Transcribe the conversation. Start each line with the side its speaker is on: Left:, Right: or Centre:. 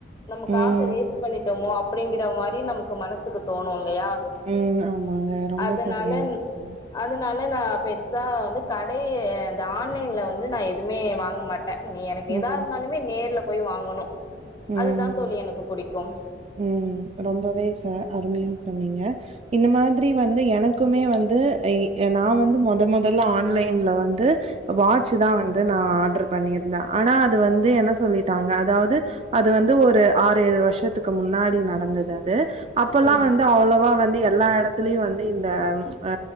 Left: நம்ம
Right: ம்.
Left: காச வேஸ்ட் மோ அப்பிடிங்கிற மாரி நமக்கு மனசுக்கு தோணு இல்லையா
Right: ம். ஆமாங்க. ரொம்ப
Left: அதனால
Right: சரியா சொன்னீங்க.
Left: அதனால நா பெருசா வந் கடை ஆன்லைன்ல வந்து நா எதுவுமே வாங்க மாட் ட நீ எனக்கு
Right: ம்.
Left: எதா இருந்தாலுமே நேர்ல போய் வாங்கணு
Right: ம்.
Left: அதுதா தோழி எனக்கு புடிக்கு க்கு
Right: ம் ரொம்பவே ச அருமையா சொன்னீங்க இந்த மாதிரி வந்து எனக்குமே வந்து எ நா வந்து மொதன் மொதல்ல ஆன்லைன்ல வந்து வாட்ச்சு தா வந்து நா ஆட்ரு பண்ணியிருந்தே ஆனா அது வந்து என்ன சொல்லிட்டாங்க அதாவது அது வந்து ஒரு ஆறு ஏழு வருஷத்துக் முன்னாடி நடந்தது அது அப்போலா
Left: ம்
Right: வந்து அவ்ளோவா வந்து எல்லா இடத்துலயும் வந்து இந்த அ